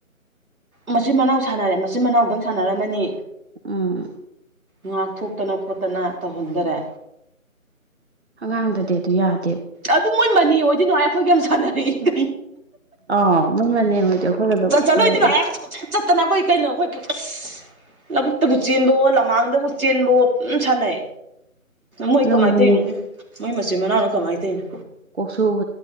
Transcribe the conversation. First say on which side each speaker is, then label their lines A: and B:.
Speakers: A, on the right; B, on the right.
A: ꯃꯆꯤꯟ ꯃꯅꯥꯎ ꯁꯥꯟꯅꯔꯦ ꯃꯆꯤꯟ ꯃꯅꯥꯎꯗꯪ ꯁꯥꯟꯅꯔꯝꯃꯅꯤ
B: ꯎꯝ
A: ꯉꯥꯛꯊꯣꯛꯇꯅ ꯈꯣꯠꯇꯅ ꯇꯧꯍꯟꯗꯔꯦ
B: ꯑꯉꯥꯡꯗꯗꯤ ꯑꯗꯨ ꯌꯥꯗꯦ
A: ꯑꯗꯨ ꯃꯣꯏ ꯃꯅꯤ ꯑꯣꯏꯗꯤꯏ ꯅꯨꯡꯉꯥꯏ ꯑꯩꯈꯣꯏꯒ ꯌꯥꯝ ꯁꯥꯟꯅꯔꯛꯏ ꯀ
B: ꯑꯥꯎ ꯃꯣꯏ ꯃꯅꯦ ꯍꯣꯏꯗꯤ ꯑꯩꯈꯣꯏꯒ ꯑꯗꯨꯝ
A: <unintelligible> ꯆꯠꯂꯣꯏꯗꯣꯏꯅ
B: ꯂꯩꯔꯛꯏꯗ
A: ꯍꯥꯏ ꯀꯆꯠ ꯆꯠꯇꯅ ꯑꯩꯈꯣꯏ ꯀꯩꯅꯣ ꯑꯩꯈꯣꯏ ꯑꯁ ꯂꯧꯕꯨꯛꯇꯕꯨ ꯆꯦꯟꯕꯋꯣ ꯂꯃꯥꯡꯗꯕꯨ ꯆꯦꯟꯕꯋꯣ ꯄꯝ ꯁꯥꯟꯅꯩ ꯃꯣꯏ
B: ꯅꯨꯡꯕꯨ
A: ꯀꯃꯥꯏꯅ ꯇꯧꯔꯤꯅꯣ ꯃꯣꯏ ꯃꯣꯏ ꯃꯆꯤꯟ ꯃꯅꯥꯎꯅ ꯀꯃꯥꯏꯅ ꯇꯧꯔꯤꯅꯣ
B: ꯀꯧꯁꯨꯖꯥ